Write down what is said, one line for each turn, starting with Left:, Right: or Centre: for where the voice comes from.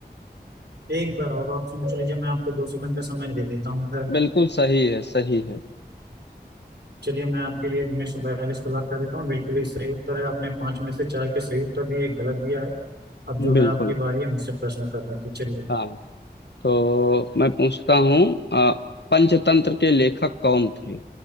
Right: एक बार और आप सोच लीजिए मैं आपको दो सेकंड का समय दे देता हूँ फिर
Left: बिल्कुल सही है सही है
Right: चलिए मैं आपके लिए उन्नीस सौ बयालीस को लॉक कर देता हूँ बिल्कुल ही सही उत्तर है आपने पांच में से चार के सही उत्तर दिए एक गलत दिया है अब जो
Left: बिल्कुल
Right: है आपकी बारी है मुझसे प्रश्न करने की चलिए
Left: हाँ तो मैं पूछता हूँ अ, पंचतंत्र के लेखक कौन थे